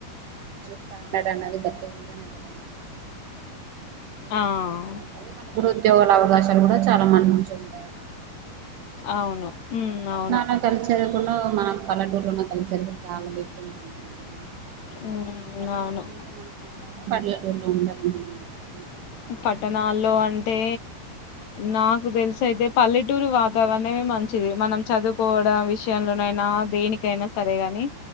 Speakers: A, on the right; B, on the left.
A: స్టాండెడ్ అనేది గట్టిగా ఉంటేనే కదా
B: ఆఅ
A: బాగుంటది ఉద్యోగాల అవకాశాలు కూడా చాలా మంది నుంచి ఉంటాయి
B: అవును ఉమ్
A: కానీ పట్నం
B: అవును
A: లో కల్చర్ వేరు మన పల్లేటూరులో కల్చర్ వేరు చాలా డిఫరెంట్ గా ఉంటుంది కదండీ
B: ఉమ్
A: మన పట్టణాల్లో
B: అవును
A: ఉంటే మంచిదంటారా పల్లెటూరులో ఉంటే మంచిది అంటారా
B: పట్టణాల్లో అంటే నాకు తెలుసి ఆయితే పల్లెటూరు వాతావరణమే మంచిది మనం చదువుకోవడం విషయంలోనైనా దేనికైనా సరేగాని